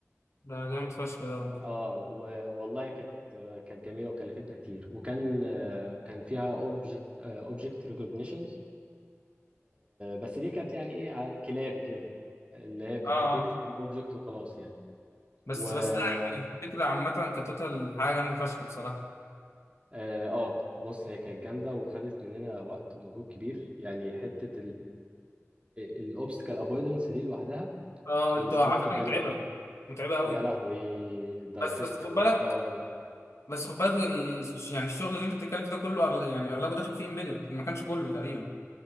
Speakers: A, on the left; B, on the right.
A: ده جامد فشخ ده والله
B: اه و- والله كانت كانت جميله وكلفتنا كتير وكان آه، كان فيها اوبجكت اوبجكت ريكوجنيشنز بس دي كانت يعني ايه ع- كلابي كده اللي هي بتديتكت
A: اه اه
B: كام اوبجكت وخلاص يعني
A: بس
B: و اه
A: بس لا الفكره عامه كتوتال حاجه جامده فشخ بصراحه
B: آه، بص هي كانت جامده وخدت مننا وقت ومجهود كبير يعني حته الاوبستكل افويدنس دي لوحدها
A: اه
B: الاستاتيك
A: انتوا على فكره
B: والديناميك
A: متعبه متعبه قوي
B: يا لهوي دايكسترا
A: بس بس خد بالك
B: وستار
A: بس خد بالك ال- يعني الشغل اللي انت بتتكلم فيه ده كله أغل... يعني اغلبه داخل فيه امبيدد ما كانش كله تقريبا